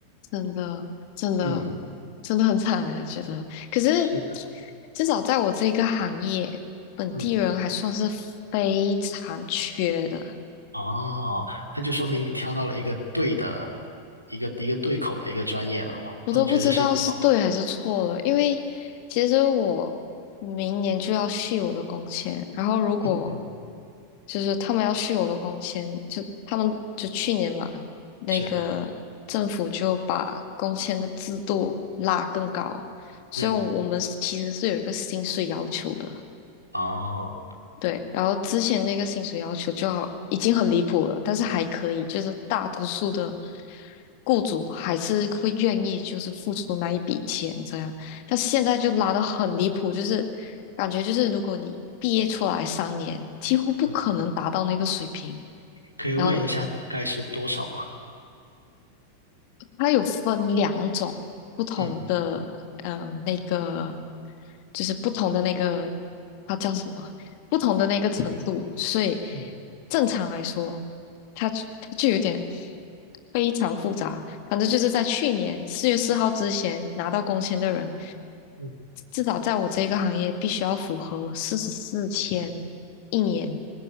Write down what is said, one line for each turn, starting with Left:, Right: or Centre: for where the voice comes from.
Left: 真的，真的，
Right: 嗯，
Left: 真的很惨哎，觉得。可是
Right: 是的，
Left: 至少在我这个行业，本地人还算是非常缺的，
Right: 嗯，哦，那就说明你挑到了一个对的一个一个对口的一个专业了哦，
Left: 我都不知道是对还是错了。
Right: 那我觉得这是一个好，
Left: 因为其实我明年就要续我的工签，然后如果
Right: 嗯，
Left: 就是他们要续我的工签，就他们就去年嘛，那个政府就把工签的制度拉更高，
Right: 是，
Left: 所以我们是其实是有一个薪水要求的，
Right: 嗯，哦。
Left: 对。然后之前那个薪水要求就好，已经很离谱了，但是还可以，就是大多数的雇主还是会愿意就是付出那一笔钱这样，但现在就拉得很离谱，就是感觉就是如果你毕业出来三年，几乎不可能达到那个水平。
Right: 嗯可以问一下大概是多少吗？
Left: 然后它有分两种不同的，
Right: 嗯
Left: 嗯，那个就是不同的那个，它叫什么？不同的那个程度。所以
Right: 嗯
Left: 正常来说，它就它就有点非常复杂。反正就是在去年四月四号之前拿到工签的人，
Right: 嗯，
Left: 至少在我这个行业必须要符合四十四天一年。